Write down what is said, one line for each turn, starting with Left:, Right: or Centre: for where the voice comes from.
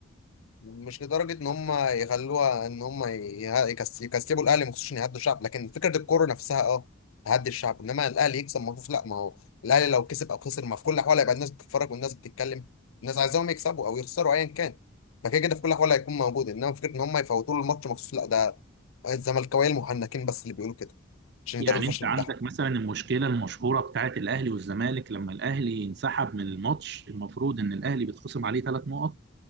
Left: مش لدرجه ان هم يخلوها ان هم يه- يكس- يكسبوا الاهلي مخصوص عشان يهدوا الشعب لكن فكره الكوره نفسها اه تهدي الشعب انما الاهلي يكسب مخصوص لا ما هو الاهلي لو كسب او خسر ما في كل الاحوال هيبقى الناس بتتفرج والناس بتتكلم الناس عايزاهم يكسبوا او يخسروا ايا كان فكده كده في كل الاحوال هيكون موجود انما فكره ان هم يفوتوا له الماتش مخصوص لا ده الزملكاويه المحنكين بس اللي بيقولوا كده عشان
Right: يعني
Left: يداروا الفشل
Right: انت عندك
Left: بتاعهم
Right: مثلا المشكله المشهوره بتاعت الاهلي والزمالك لما الاهلي ينسحب من الماتش المفروض ان الاهلي بيتخصم عليه ثلاث نقط